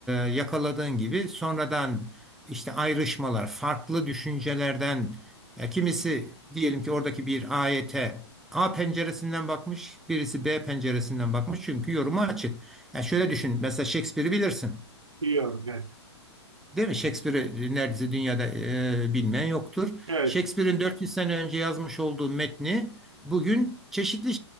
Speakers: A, in the centre; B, on the right.
A: yakaladığın gibi sonradan işte ayrışmalar, farklı düşüncelerden ya kimisi diyelim ki oradaki bir ayete A penceresinden bakmış, birisi B penceresinden bakmış çünkü yoruma açık. Ya şöyle düşün, mesela Shakespeare'i bilirsin.
B: Biliyorum. Evet.
A: Değil mi? Shakespeare'i neredeyse dünyada e, bilmeyen yoktur.
B: Evet.
A: Shakespeare'in 400 sene önce yazmış olduğu metni bugün çeşitli